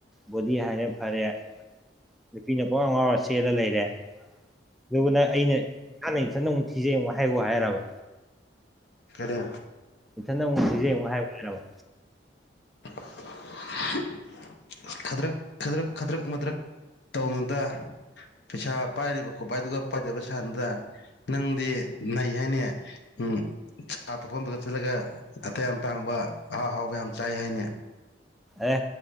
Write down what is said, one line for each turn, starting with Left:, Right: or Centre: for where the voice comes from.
Centre: ꯕꯣꯗꯤ ꯍꯥꯏꯔꯦ ꯐꯔꯦ ꯅꯨꯄꯤꯅ ꯄꯪꯉꯥꯎ ꯉꯥꯎꯔ ꯆꯦꯜꯂ ꯂꯩꯔꯦ ꯑꯗꯨꯅ ꯑꯩꯅ ꯏꯁꯥꯅ ꯏꯟꯊꯟꯅ ꯑꯃꯨꯛ ꯊꯤꯖꯩ ꯑꯃꯨꯛ ꯍꯥꯏꯒꯣ ꯍꯥꯏꯔꯕ
Left: ꯀꯔꯦ
Centre: ꯏꯊꯟꯅ ꯑꯃꯨꯛ ꯊꯤꯖꯩ ꯑꯃꯨꯛ ꯍꯥꯏꯒꯣ ꯍꯥꯢꯔꯕ
Left: <inaudible> ꯈꯗ꯭ꯔꯛ ꯈꯗ꯭ꯔꯛ ꯈꯗ꯭ꯔꯛ ꯃꯗ꯭ꯔꯛ ꯇꯧꯅꯨꯗ ꯄꯩꯁꯥ ꯄꯥꯏꯔꯤꯕ ꯈꯨꯄꯥꯏꯗꯨꯒ ꯄꯥꯏꯗꯕ ꯁꯥꯥꯅꯨꯗ ꯅꯪꯗꯤ ꯅꯩ ꯍꯥꯏꯅꯦ ꯎꯝ ꯆꯥ ꯊꯛꯐꯝꯗꯒ ꯆꯠꯂꯒ ꯑꯇꯩ ꯌꯥꯝ ꯇꯥꯡꯕ ꯑꯍꯥꯎ ꯍꯥꯎꯕ ꯌꯥꯝ ꯆꯥꯏ ꯍꯥꯏꯅꯦ
Centre: ꯑꯦ